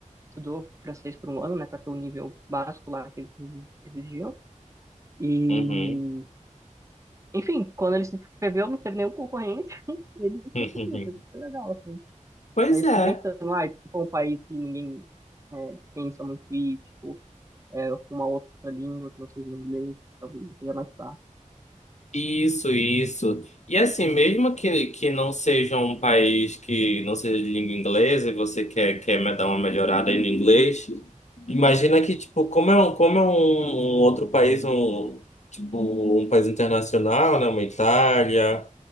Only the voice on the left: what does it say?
Uhum.
<laughs>
Pois
é.
Isso, isso. E assim, mesmo que, que não seja um país que não seja de língua inglesa e você quer, quer me dar uma melhorada aí no inglês, imagina que, tipo, como é um, como é um, um outro país, um, tipo, um país internacional, né, uma Itália,